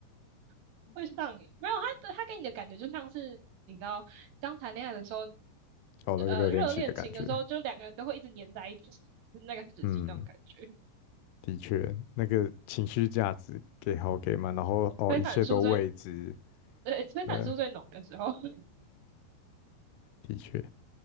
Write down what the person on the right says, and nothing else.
<laughs> 会上瘾。没有，他他给你的感觉就像是你知道，刚谈恋爱的时候，
呃，热恋情的时候，就两个人都会一直黏在一起，就是那个时期那种感觉。
<laughs> 催产素最，
对，催产素最浓的时候，
<laughs>